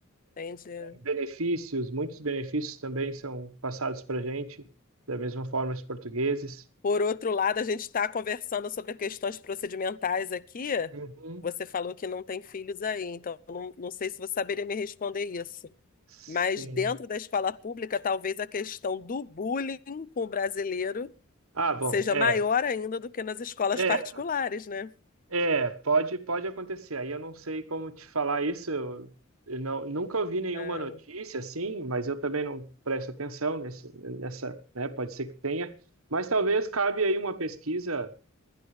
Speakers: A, on the left; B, on the right.
A: entende?
B: benefícios. Muitos benefícios também são passados para gente, da mesma forma os portugueses.
A: Por outro lado, a gente está conversando sobre questões procedimentais aqui.
B: Uhum.
A: Você falou que não tem filhos aí, então eu não, não sei se você saberia me responder isso.
B: Sim.
A: Mas dentro da escola pública, talvez a questão do bullying com o brasileiro
B: Ah, bom,
A: seja
B: é.
A: maior ainda do que nas escolas
B: É,
A: particulares, né?
B: é, pode, pode acontecer. Aí eu não sei como te falar isso. Eu, eu não, nunca ouvi nenhuma
A: É,
B: notícia assim, mas eu também não presto atenção nesse, nessa, né? Pode ser que tenha, mas talvez cabe aí uma pesquisa,